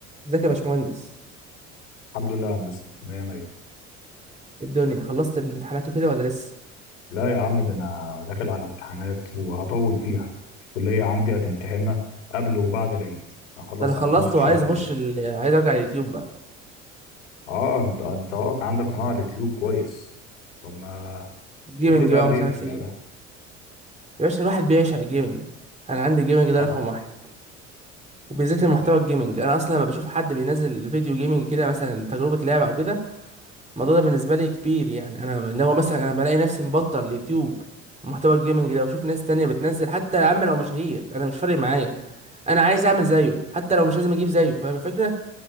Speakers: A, on the right; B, on the left.
A: ازيك يا باشمهندس
B: الحمد لله يا هندسة مية مية
A: إيه الدنيا خلصت الامتحانات وكده ولا لسه
B: لا يا عم ده أنا داخل على امتحانات وهطول فيها الكلية عندي هتمتحننا قبل وبعد العيد هخلص
A: ده انا خلصت
B: على نص الشهر
A: وعايز اخش
B: الجاي
A: ال... عايز ارجع اليوتيوب بقى
B: اه انت انت واقع عندك قناة على اليوتيوب كويس طب ما
A: جيمنج
B: قول لي بقى
A: بقى ومش
B: ليه
A: عارف
B: هترجع
A: ايه
B: لها
A: يا باشا الواحد بيعشق جيمنج انا عندي جيمنج ده
B: طبعا
A: رقم واحد وبالذات المحتوى
B: مش
A: الجيمنج انا اصلا لما بشوف حد بينزل فيديو جيمنج كده مثلا تجربه لعبه او كده الموضوع ده بالنسبه لي كبير يعني انا اللي هو مثلا انا بلاقي نفسي مبطل اليوتيوب محتوى الجيمنج ده واشوف ناس تانية بتنزل حتى يا عم لو مشاهير انا مش فارق معايا انا عايز اعمل زيه حتى لو مش لازم اجيب زيه فاهم الفكره